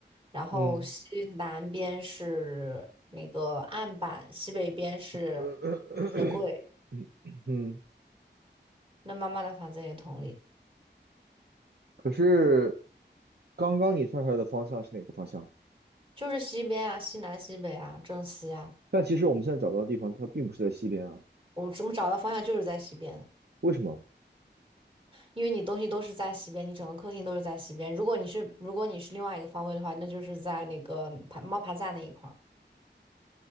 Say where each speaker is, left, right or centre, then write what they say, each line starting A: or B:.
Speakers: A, on the right; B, on the right.
A: 然后西南边是那个案板，
B: 嗯
A: 西北边是
B: 呃
A: 鞋柜。
B: <clears throat> 嗯 <coughs> 嗯，
A: 那妈妈的房子也同理，
B: 可是刚刚你算出来的方向是哪个方向？
A: 就是西边啊，西南西北啊，正西啊，
B: 但其实我们现在找到的地方它并不是在西边啊，
A: 我怎么找到方向就是在西边啊。
B: 为什么？
A: 因为你东西都是在西边，你整个客厅都是在西边。如果你是如果你是另外一个方位的话，那就是在那个爬猫爬架那一块儿，